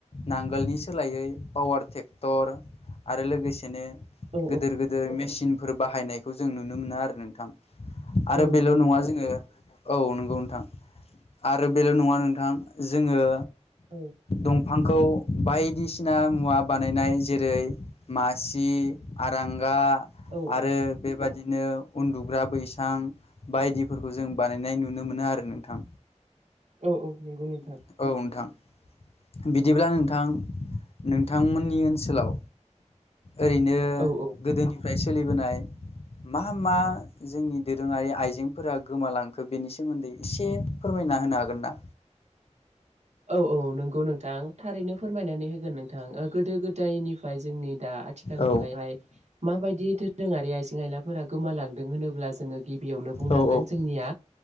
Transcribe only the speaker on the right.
औ
औ
नंगौ
नोंथां
औ
औ
औ औ नंगौ नोंथां।
औ औ
औ औ नंगौ नोंथां थारैनो फोरमायनानै होगोन नोंथां गोदो गोदायनि जोंनि दा आथिखाल
मुग मायदि आरि आइजें आइलाफोरा गोमालांदों होनोब्ला जोंङो गिबियावनो बुंनांगोन
जोंनिया